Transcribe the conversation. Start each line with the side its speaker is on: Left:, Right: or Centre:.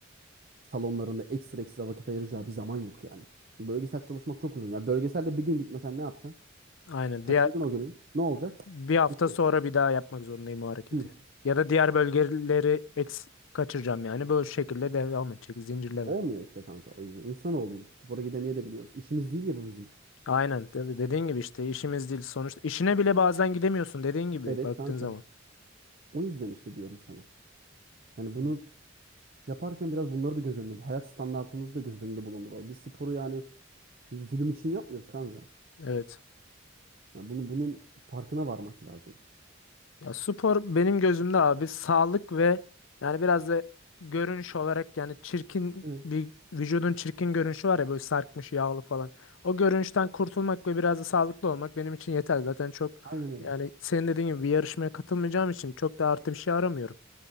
Right: salonlarında ekstra ekstra vakit ayıracağı bir zaman yok yani. Bölgesel çalışmak çok uzun. Ya bölgeselde bir gün gitmesen ne yapacaksın?
Left: Aynen.
Right: Kaçırdın
Left: Diğer
Right: o günü. Ne olacak?
Left: bir hafta
Right: Gitti.
Left: sonra bir daha yapmak zorundayım o hareketi.
Right: Hı.
Left: Ya da diğer bölgeleri eks kaçıracağım yani. Böyle şekilde devam edecek. Zincirleme.
Right: Olmuyor işte kanka o yüzden. İnsanoğluyuz. Spora gidemeye de biliyoruz. İşimiz değil ya bu bizim.
Left: Aynen tabii dediğin gibi işte işimiz değil sonuçta işine bile bazen gidemiyorsun dediğin gibi
Right: Evet
Left: baktığın
Right: kanka.
Left: zaman.
Right: O yüzden işte diyorum sana. Yani
Left: Hı.
Right: bunu yaparken biraz bunları da göz önünde. Hayat standartımızı da göz önünde bulunduralım. Biz sporu yani zulüm için yapmıyoruz kanka.
Left: Evet.
Right: Yani bunu, bunun farkına varmak lazım.
Left: Ya spor benim gözümde abi sağlık ve yani biraz da görünüş olarak yani çirkin
Right: Evet.
Left: bir vücudun çirkin görünüşü var ya böyle sarkmış yağlı falan. O görünüşten kurtulmak ve biraz da sağlıklı olmak benim için yeter Zaten çok
Right: Aynen öyle.
Left: yani senin dediğin gibi bir yarışmaya katılmayacağım için çok da artı bir şey aramıyorum.